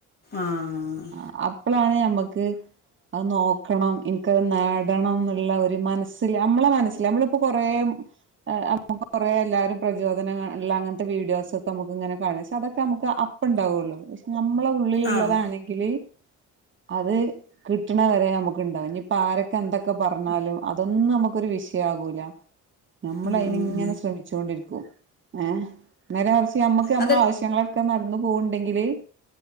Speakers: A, on the left (about 30°); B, on the right (about 40°).
A: ആഹ്
B: ആം എപ്പളാണ് നമ്മക്ക് അത് നോക്കണം എനിക്കത് നേടണം എന്നുള്ള ഒരു മനസില് നമ്മളെ മനസില് നമ്മളിപ്പോ കൊറേം ഏ കൊറേ എല്ലാരും പ്രചോദനൾ ഉള്ള അങ്ങനത്തെ വീഡിയോസ് ഒക്കെ നമുക്ക് ഇങ്ങനെ കാണ പക്ഷെ അതൊക്കെ നമുക്ക് അ ണ്ടാവല്ലോ പക്ഷെ ഞമ്മളെ ഉള്ളിലുള്ളതാണെങ്കില്
A: ആഹ്
B: അത് കിട്ടണ വരെ ന മ്മക്കുണ്ടാവും ഇനിപ്പ ആരക്ക എന്തക്ക പറഞാലും അതൊന്നു നമുക്കൊരു വിഷയാകൂല നമ്മള്
A: ഉം
B: അയിനിങ്ങന
A: ഉം
B: ശ്രമിച്ചോണ്ടിരിക്കും ഏ നേരെമറിച്ച് നമ്മക്ക് നമ്മള
A: അത്
B: ആവശ്യങ്ങളക്ക നട ന്ന് പോവണ്ടെങ്കില്